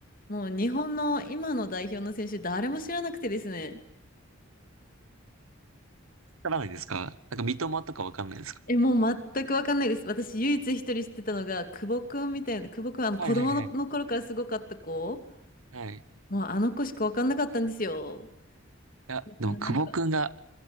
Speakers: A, on the left; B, on the right.
A: もう日本の今の代表の選手誰も知らなくてですね。
B: からないですかなんか、三笘とかわかんないですか
A: え、もう全くわかんないです。私、唯一一人知ってたのが、久保くんみたいな、久保くん、あの、
B: はい、
A: 子供の頃からすごかった子、
B: はい、はい。はい。
A: もうあの子しかわかんなかったんですよ。
B: いや、
A: だからなんか、
B: でも、久保くんが